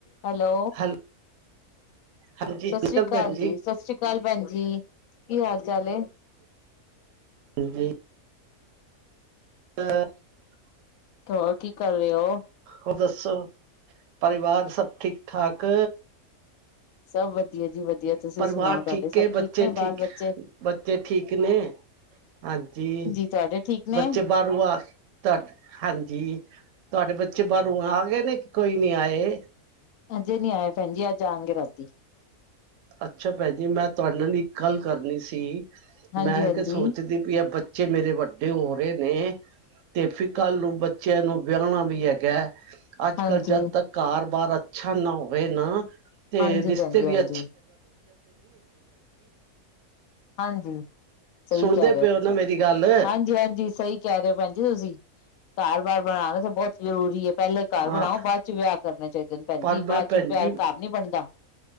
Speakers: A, on the left (about 75°); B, on the right (about 65°).
A: Hello,
B: ਹੈਲ ਹਾਂਜੀ
A: ਸਤਿ ਸ੍ਰੀ
B: ਕਲ
A: ਅਕਾਲ
B: ਭੈਣ
A: ਜੀ, ਸਤਿ ਸ੍ਰੀ ਅਕਾਲ ਭੈਣ ਜੀ। ਕੀ ਹਾਲ ਚਾੱਲ ਏ।
B: ਹਾਂਜੀ <unintelligible>
A: ਹੋਰ, ਕੀ ਕਰ ਰਹੇ ਹੋ?
B: ਹੋਰ ਦੱਸੋ ਪਰਿਵਾਰ ਸਭ ਠੀਕ-ਠਾਕ।
A: ਸਭ ਵਧੀਆ। ਜੀ ਵਧੀਆ ਤੁਸੀਂ
B: ਪਰਿਵਾਰ
A: ਸੁਣਾਓ ਤੁਹਾਡੇ
B: ਠੀਕ
A: ਸਭ
B: ਏ, ਬੱਚੇ
A: ਨੇ
B: ਠੀਕ,
A: ਬਾਲ ਬੱਚੇ
B: ਬੱਚੇ ਠੀਕ ਨੇ। ਹਾਂਜੀ,
A: ਤੁਹਾਡੇ ਠੀਕ
B: ਬੱਚੇ
A: ਨੇ
B: ਬਾਹਰੋਂ ਆ ਤੁਹਾ ਹਾਂਜੀ। ਤੁਹਾਡੇ ਬੱਚੇ ਬਾਹਰੋ ਆ ਗਏ ਨੇ, ਕੇ ਕੋਈ ਨੀ ਆਏ?
A: ਅਜੇ ਨੀ ਆਏ ਭੈਣ ਜੀ, ਅੱਜ ਆਣਗੇ ਰਾਤੀ।
B: ਅੱਛਾ, ਭੈਣ ਜੀ ਮੈਂ ਤੁਹਾਡੇ ਨਾਲ ਇੱਕ ਗੱਲ ਕਰਨੀ ਸੀ,
A: ਹਾਂਜੀ
B: ਮੈਂ
A: ਹਾਂਜੀ
B: ਤੇ ਸੋਚਦੀ ਪਈ ਆ ਬੱਚੇ ਮੇਰੇ ਵੱਡੇ ਹੋ ਰਹੇ ਨੇ, ਤੇ ਫਿਰ ਕੱਲ ਨੂੰ ਬੱਚਿਆਂ ਨੂੰ ਵਿਆਣਾ ਵੀ ਹੈਗਾ ਹੈ। ਅੱਜ
A: ਹਾਂਜੀ
B: ਕੱਲ੍ਹ ਜਦ ਤੱਕ ਘਰ ਬਾਰ ਅੱਛਾ ਨਾ ਹੋਵੇ ਨਾ ਤੇ
A: ਹਾਂਜੀ
B: ਰਿਸ਼ਤੇ
A: ਭੈਣ ਜੀ
B: ਵੀ
A: ਹਾਂਜੀ
B: ਅੇ
A: ਹਾਂਜੀ, ਸਹੀ
B: ਸੁਣਦੇ
A: ਕਹਿ ਰਹੇ
B: ਪਏ
A: ਤੁਸੀਂ,
B: ਹੋ ਨਾ ਮੇਰੀ ਗੱਲ
A: ਹਾਂਜੀ ਹਾਂਜੀ ਸਹੀ ਕਹਿ ਰਹੇ ਭੈਣ ਜੀ ਤੁਸੀਂ, ਘਰ ਬਾਰ ਬਣਾਣਾ ਤੇ ਬਹੁਤ ਜ਼ਰੂਰੀ ਹੈ ਪਹਿਲੇ ਘਰ
B: ਹਾਂ
A: ਬਣਾਓ, ਬਾਅਦ ਚ ਵਿਆਹ ਕਰਨਾ ਚਾਹੀਦਾ। ਭੈਣਜੀ
B: ਪਰ
A: ਬਾਅਦ
B: ਮੈਂ ਭੈਣ
A: ਚ ਵਿਆਹ
B: ਜੀ
A: ਘਰ ਬਣਦਾ।